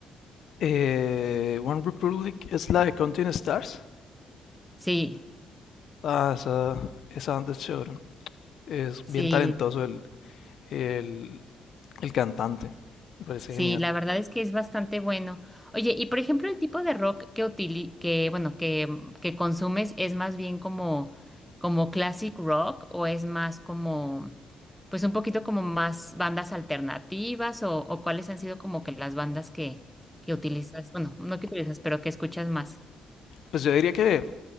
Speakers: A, on the left; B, in the centre.
A: Eh, One Republic es la de Counting Stars.
B: Sí,
A: Ah, esa, esa banda es chévere. Es
B: sí.
A: bien talentoso el, el, el cantante. Me parece
B: Sí,
A: genial.
B: la verdad es que es bastante bueno. Oye, y por ejemplo, el tipo de rock que utili que bueno, que, mm, que consumes es más bien como como classic rock o es más como pues un poquito como más bandas alternativas o, o cuáles han sido como que las bandas que que utilizas, bueno, no que utilizas, pero que escuchas más.
A: Pues yo diría que